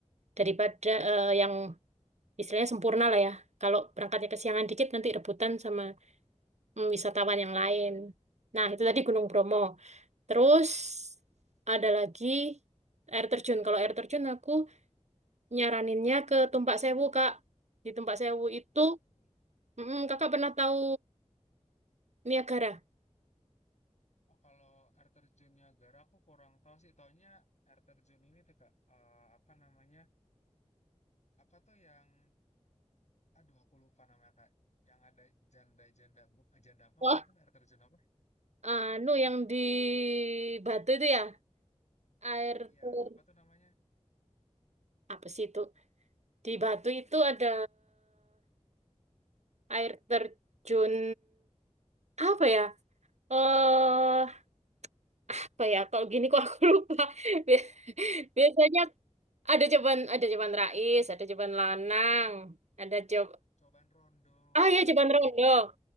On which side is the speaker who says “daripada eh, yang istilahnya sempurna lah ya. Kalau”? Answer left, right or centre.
Right